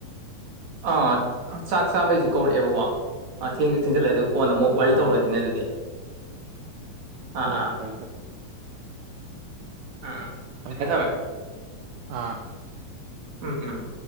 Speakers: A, on the right; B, on the right.
A: ꯑꯥ ꯆꯥꯛ ꯆꯥꯕꯩꯁꯨ ꯀꯧꯔꯛꯑꯦꯕꯀꯣ ꯑ ꯊꯦꯡꯁꯨ ꯊꯦꯡꯖꯜꯂꯦ ꯑꯗꯨ ꯀꯣꯟꯅ ꯑꯃꯨꯛ ꯋꯥꯔꯤ
B: ꯑꯥ
A: ꯇꯧꯔꯁꯤꯅꯦ ꯑꯗꯨꯗꯤ ꯑꯥ
B: ꯍꯣꯏ
A: ꯑꯥ
B: ꯇ
A: ꯑꯔꯦ
B: ꯊꯝꯃꯦ ꯊꯝꯃꯦ
A: ꯊꯃꯦ
B: ꯑꯥ
A: ꯎꯝ ꯎꯝ